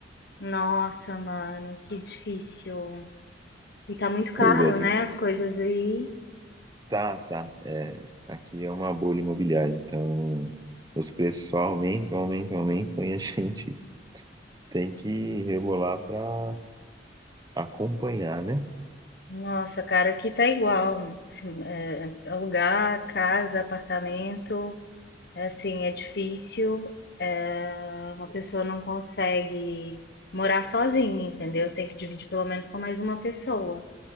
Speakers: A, on the left (about 55°); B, on the right (about 20°).
A: Nossa, mano, que difícil. E tá muito caro,
B: Pois é, gente.
A: né? As coisas aí.
B: Tá, tá. É, aqui é uma bolha imobiliária, então os preços só aumentam, aumentam, aumentam e a <laughs> gente tem que rebolar pra acompanhar, né?
A: Nossa, cara, aqui tá igual. Assim, é, alugar casa, apartamento, é, assim, é difícil. É, uma pessoa não consegue morar sozinha, entendeu? Tem que dividir pelo menos com mais uma pessoa.